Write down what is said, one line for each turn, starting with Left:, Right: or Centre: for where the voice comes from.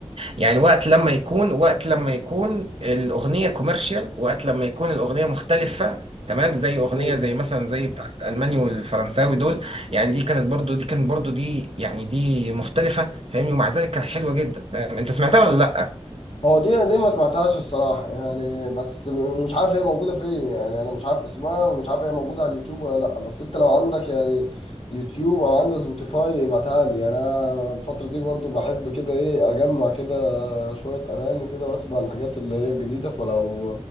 Right: يعني وقت لما يكون وقت لما يكون الاغنيه كوميرشال وقت لما يكون الاغنيه مختلفه تمام زي اغنيه
Left: عارف
Right: زي مثلا زي بتاعت الالماني والفرنساوي دول يعني دي كانت برضو دي كانت برضو دي يعني دي مختلفه فاهمني ومع ذلك كانت حلوه جدا فاهم انت سمعتها ولا لا
Left: هو دي دي ما سمعتهاش الصراحة يعني بس م- مش عارف هي موجودة فين يعني أنا مش عارف اسمها ومش عارف هي موجودة على اليوتيوب ولا لأ بس أنت لو عندك يعني يوتيوب أو عندك سبوتيفاي ابعتها لي يعني أنا الفترة دي برضو بحب كده إيه أجمع كده شوية أغاني كده وأسمع الحاجات اللي هي الجديدة فلو